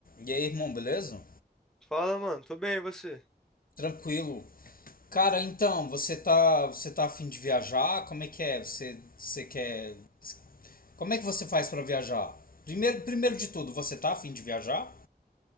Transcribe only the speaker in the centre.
Fala, mano. Tô bem, e você?